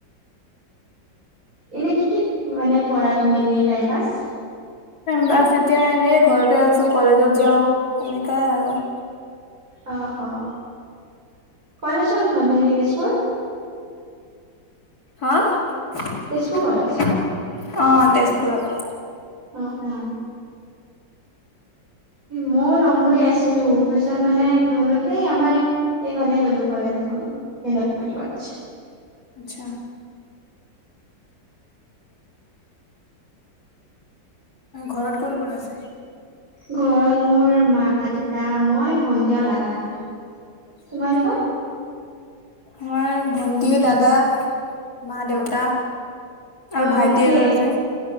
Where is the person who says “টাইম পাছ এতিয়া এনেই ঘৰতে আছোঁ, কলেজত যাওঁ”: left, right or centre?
Left